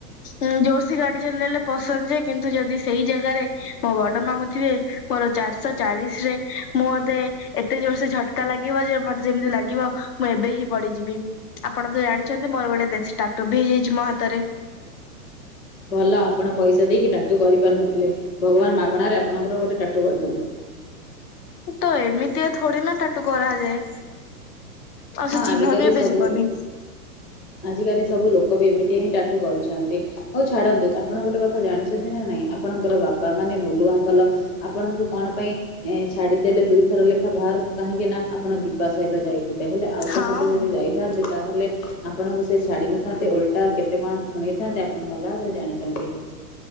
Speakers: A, on the left; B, on the left.
A: ଉଁ ଜୋରସି ଗାଡି ଚଲେଇଲେ ପସନ୍ଦ ଯେ କିନ୍ତୁ ଯଦି ସେଇ ଜାଗାରେ ମୋ ବଡ ମାମୁ ଥିବେ ମୋର ଚାରିଶହ ଚାଳିଶ ରେ ମୁଁ ମତେ ଏତେ ଜୋର ସେ ଝଟକା ଲାଗିବ ଯେ ମତେ ଯେମିତି ଲାଗିବ ମୁଁ ଏବେ ହିଁ ବଢିଯିବି ଆପଣ ତ ଜାଣିଛନ୍ତି ମୋର ଗୋଟେ ଦେଶୀ ଟାଟୁ ବି ହେଇଯାଇଛି ମୋ ହାତରେ।
B: ଭଲ ଆପଣ ପଇସା ଦେଇକି ଟାଟୁ କରିପାରୁ ନଥିଲେ ଭଗବାନ ମାଗଣାରେ ଆପଣଙ୍କର ଗୋଟେ ଟାଟୁ କରିଦେଲେ।
A: ତ ଏମିତିଆ ଥରେ ନା ଟାଟୁ କରାଯାଏ। ଆଉ
B: ହଁ
A: ଚିହ୍ନ
B: ଆଜିକାଲି
A: ବି ଏବେ
B: ସବୁ
A: ଯିବିନ।
B: ଆଜିକାଲି ସବୁ ଲୋକ ବି ଏମିତି ହିଁ ଟାଟୁ କରୁଛନ୍ତି। ହଉ ଛାଡନ୍ତୁ ଆପଣ ଗୋଟେ କଥା ଜାଣିଛନ୍ତି ନା ନାଇଁ। ଆପଣଙ୍କର ବାପା ମାନେ ବୁଲୁ ଅଙ୍କଲ ଆପଣଙ୍କୁ କଣ ପାଇଁ ଏ ଛାଡିଦେଲେ ଦୁଇଥର ଲେଖା ବାହାରକୁ କାହିଁକି ନା ଆପଣ ଦୀପା ସହିତ ଯାଇଥିଲେ ହେଲା। ଆଉ
A: ହଁ।
B: କା ସହିତ ଯଦି ଯାଇଥାନ୍ତି ତାହେଲେ ଆପଣଙ୍କୁ ସେ ଛାଡି ନଥାନ୍ତେ ଓଲ୍ଟା କେତେ କଣ ଶୁଣେଇଥାନ୍ତେ ଆପଣ ଭଲ ଭାବରେ ଜାଣିଛନ୍ତି।